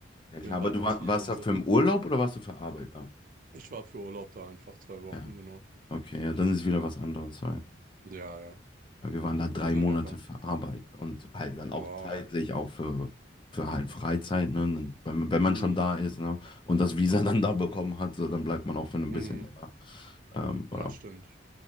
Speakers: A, on the left; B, on the right.
A: Ja,
B: hier
A: klar,
B: ein
A: aber
B: Bubble
A: du war,
B: Tea
A: warst
B: und
A: da
B: so.
A: für im Urlaub oder warst du für Arbeit da?
B: Ich war für Urlaub da einfach zwei Wochen,
A: Ja,
B: genau.
A: okay, ja, dann ist wieder was anderes. Ja.
B: Ja, ja.
A: Ja, Wir waren da drei
B: Ja,
A: Monate
B: aber
A: für Arbeit und halt dann auch
B: wow,
A: zeitlich
B: ja.
A: auch für, für halt Freizeit, ne? Wenn, wenn man
B: Mhm.
A: schon da ist, ne? Und das Visa dann da bekommen hat, so, dann bleibt man auch für ein
B: Mhm.
A: bisschen länger. Ähm, voilà.
B: Ja, stimmt.